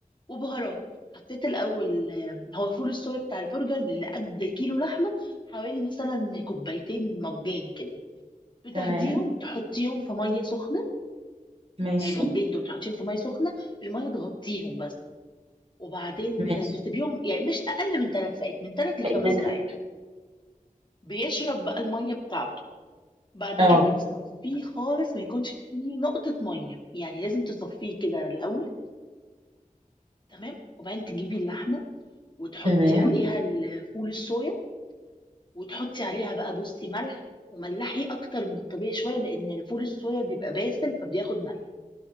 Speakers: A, on the left; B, on the right.
A: وبهارات حطيت الأول آم، هو فول الصويا بتاع البرجر اللي قد كيلو لحمة حوالي مثلا كوبايتين مجان كده بتاخديهم
B: تمام
A: تحطيهم في مية سخنة
B: ماشي
A: يعني المجان دول تحطيهم في مية سخنة المية تغطيهم بس وبعدين
B: ماشي
A: تسيبيهم يعني مش أقل من ثلاث ساعات من ثلاث لخمس
B: بقيت من تحت
A: ساعات بيشرب بقى المية بتاعته بعد
B: اه
A: كده تصفيه خالص ما يكونش فيه نقطة مية يعني لازم تصفيه كده الأول تمام وبعدين تجيبي اللحمة وتحطي
B: تمام
A: عليها ال فول الصويا، وتحطي عليها بقى بُصّي ملح، وملّحي أكتر من الطبيعي شوية لإن الفول الصويا بيبقى باسل فبياخد ملح،